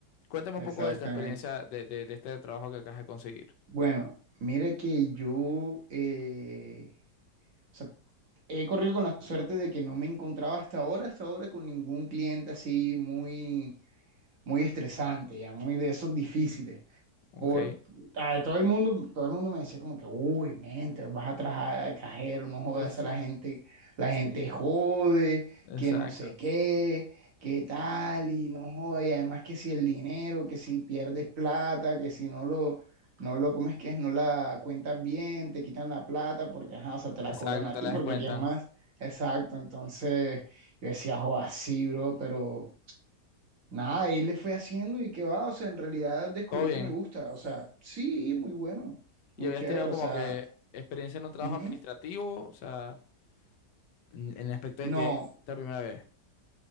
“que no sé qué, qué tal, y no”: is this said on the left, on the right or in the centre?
Right